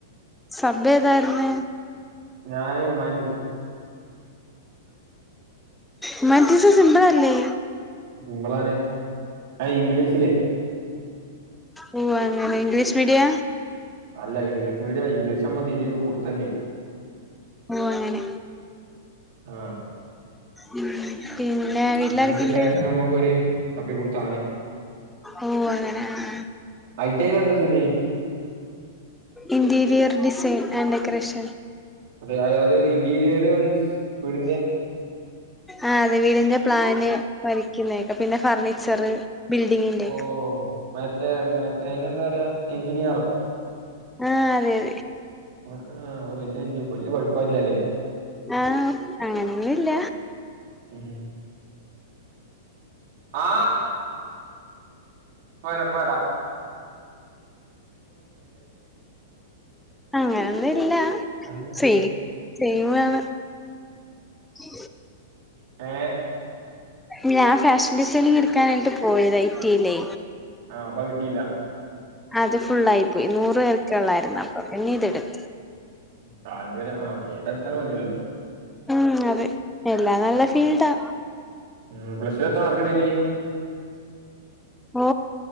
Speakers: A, in the centre; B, on the right.
A: സബ് ഏതായിരുന്നേ
B: ഞാന് ഹുമാറ്റിസ്
A: ഉമറ്റീസ് സിമ്പിൾ അല്ലേ
B: സിമ്പിളാണ് ആ ഇംഗ്ലീഷിലേ
A: ഓ അങ്ങനെ ഇംഗ്ലീഷ് മീഡിയ
B: അല്ല ഇംഗ്ലീഷ് മീഡിയം ഇംഗ്ലീഷ് അമ്മക്ക് തീരെ പുടുത്തല്ലേ
A: ഓ അങ്ങനെ
B: ആ
A: ഉ പിന്നെ വീട്ടിലാരെക്കെണ്ട്
B: ഇംഗ്ലീഷ് ലേശം നമുക്കൊരു തപ്പി കൊടുത്താണ്
A: ഓ അങ്ങണെ ആ
B: ഐടി ഐൽ എന്താ സഥിതി
A: ഇന്റീരിയർ ഡിസൈൻ ആൻഡ് ഡെക്കറേഷൻ
B: അതെ അ അതായത് ഇന്റീരിയർ മീൻസ് വേടിന്റെ
A: ആ അതെ വീടിന്റെ പ്ലാന് വരക്കുന്നക്കെ പിന്നെ ഫർണിച്ചറ് ബിൽഡിങ്ങിന്റെ
B: ഓ മറ്റേ മേറ്റേ ഐനെന്താ പറയാ എഞ്ചിനീയറോ
A: ആ അതെ അതെ
B: ആ ആ അപ്പൊ വല്യ എൻജി പഠിപ്പല്ലേ
A: ആഹഅങ്ങനൊന്നുല്ല
B: ഉ ആ ഇപ്പ വരാ ഇപ്പ വരാ
A: അങ്ങനൊന്നുല്ല
B: അന്ന് കുറച്ച്
A: ചെയ്യ ചെയ്യയാണ് ഉ
B: ഏ
A: ഞാൻ ഫാഷൻ ഡിസൈനിങ് എടുക്കാനായിട്ട് പോയത് ഐറ്റിയിലേ
B: ആഹ അപ്പ കിട്ടിയില്ല
A: അത് ഫുൾായി പോയി നൂറ പേർക്കെ ഉള്ളായിരുന്നു അപ്പൊ പിന്നെ ഇതെടുത്തു
B: താല്പര്യം ആഹ ഏതാരു സ്ഥലം മതിയല്ലോ
A: ഉം അതെ എല്ലാം നല്ല ഫീൽഡാ
B: ഉം് പ്ലസ്വിത്ര മാർക്കണ്ടേനി
A: ഓ